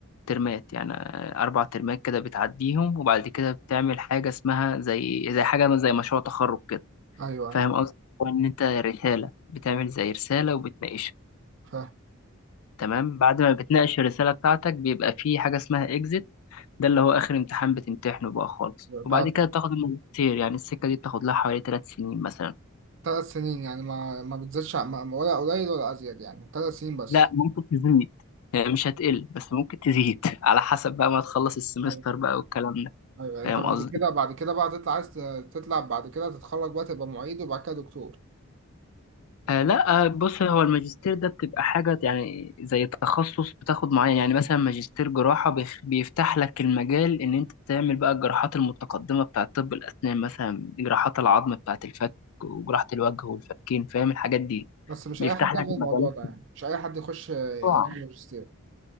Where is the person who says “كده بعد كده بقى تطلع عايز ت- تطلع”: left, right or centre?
Right